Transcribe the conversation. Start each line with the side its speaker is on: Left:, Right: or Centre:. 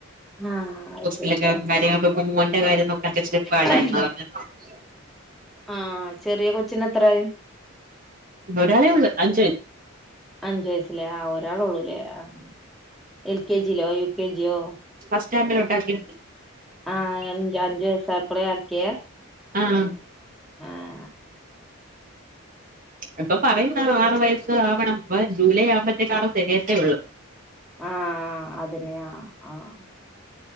Centre: ആഹ് അത്
Right: ഹോ്പിറ്റലക്കെ
Centre: ശരി
Right: കാര്യ മോന്റെ കാര്യ ക്കക്കെ നോക്കാൻ ചിരി പ്പാടായിരുന്നു
Centre: ആഹ്
Right: <unintelligible>
Centre: ആഹ് ചെറിയ കൊച്ചന് എത്രായി
Right: ഒരാളെ ഉള്ളൂ അഞ്ചു
Centre: അഞ്ചു വയസ്സിലേ ആഹ് ഒരാളു ള്ളൂലേ ആഹ് എൽ കെ ജി യിലോ യു കെ ജിയോ
Right: ഫസ്റ്റാൻണ്ടിലോട്ട് <unintelligible>
Centre: ആഹ് എന്റ് അഞ്ചു വയസ്സ് ആയപ്പളെ ആക്കിയേ
Right: ആഹ്
Centre: ആഹ്
Right: ഇപ്പ പറയുന്നാ ആറു വയസ്സാവണം ജൂലൈ ആവുമ്പത്തേക്കാറ് തെകയത്തേ ഒള്ളു
Centre: ആഹ് അതന്നെ ആഹ്